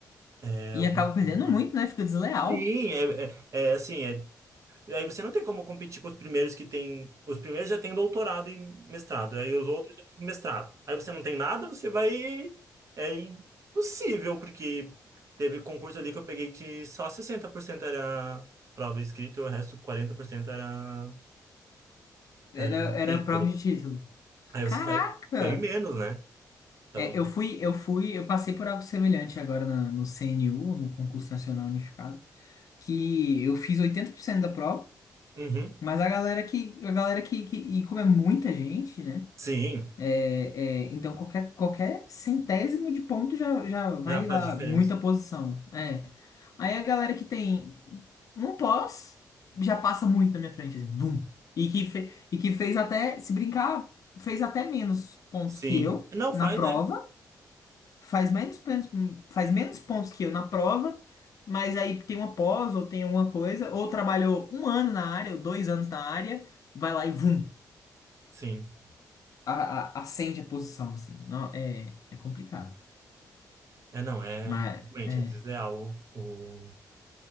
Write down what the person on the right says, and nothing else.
é,
algumas
questões.
Sim, é, é, é assim, é e aí você não tem como competir com os primeiros que têm. Os primeiros já têm doutorado e mestrado, aí os outros já têm mestrado. Aí você não tem nada, você vai. É impossível, porque teve concurso ali que eu peguei que só 60% era prova escrita e o resto 40% era,
era título.
Aí
você sai bem menos, né? Então,
uhum.
Sim,
já faz
diferença.
Sim.
Não faz,
é.
Sim.
É, não, é.
Realmente,
é desleal o.